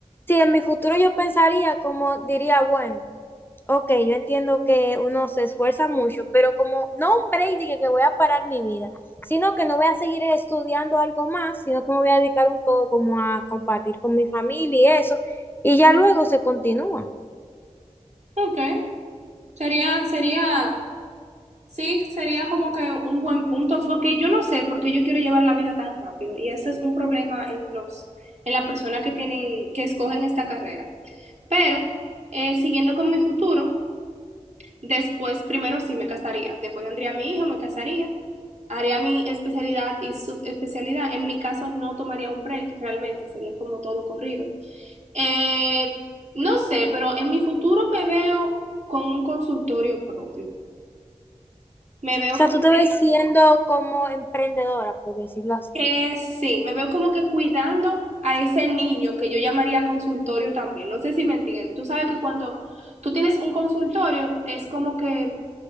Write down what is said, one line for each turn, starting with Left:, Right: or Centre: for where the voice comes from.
Left: Si en mi futuro yo pensaría como diría, bueno, ok, yo entiendo que uno se esfuerza mucho, pero como no un break de que, que voy a parar mi vida, sino que no voy a seguir estudiando algo más, sino que me voy a dedicar un poco como a compartir con mi familia y eso, y ya luego se continúa.
Right: Ok. Sería, sería, sí, sería como que un buen punto, porque yo no sé porque yo quiero llevar la vida tan rápido. Y eso es un problema en los, en las personas que tienen, que escogen esta carrera. Pero, eh, siguiendo con mi futuro. Después, primero sí me casaría, después tendría a mi hijo, me casaría, haría mi especialidad y subespecialidad. En mi caso no tomaría un break, realmente sería como todo corrido. Eh, no sé, pero en mi futuro me veo con un consultorio propio. Me veo
Left: sea,
Right: como
Left: tú te
Right: que,
Left: ves siendo como emprendedora, por decirlo así.
Right: eh, sí, me veo como que cuidando a ese niño que yo llamaría consultorio también. No sé si me entiendes. Tú sabes que cuando tú tienes un consultorio es como que